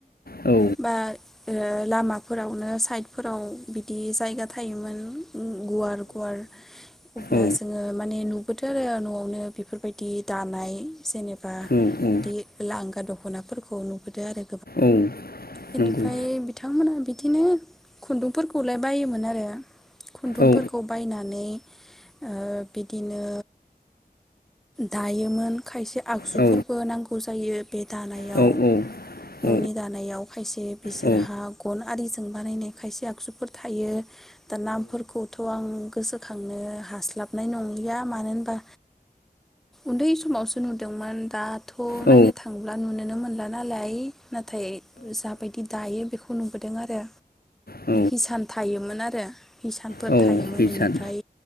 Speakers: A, on the left (about 70°); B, in the centre.
A: औ
B: बा ओ लामाफोरावनो साइडफोराव बिदि जायगा थायोमोन। गुवार गुवार अब्ला
A: औ
B: जोङो माने नु <unintelligible> न'आवनो बेफोरबायदि दानाय जेने बा
A: औ
B: बिदि लांगा दख दखनाफोरखौ नुबोदो आरो।
A: औ
B: इनिफ्राय
A: नंगौ
B: बिथांमोना बिद दिनो खुन्दुंफोरखौलाय बायोमोन आरो। खुन्दुंफोरखौ
A: औ
B: बायनानै ओ बिदिनो दायोमोन खायसे आगजुफोरबो
A: औ
B: नांगौ जायो। बे दानायाव
A: औ औ
B: न' नि दानायाव खायसे बिसोरहा
A: औ
B: गन आरि बानायनाय खायसे आगजुफोर थायो। नामफोरखौथ आं गोसोखांनो हास्लाब नाय नंलिया मानो होनबा उन्दै समावसो नुदोंमोन दा थ
A: औ
B: नायनो थाङाब्ला नुनोनो मोन नाय नाथाय जाबादि दायो बेफ बे खौ नुबोदों आरो।
A: औ
B: हिसान थायोमोन आरो। इसानफोर
A: औ
B: थायोमोन
A: बिसान
B: बेनिफ्राय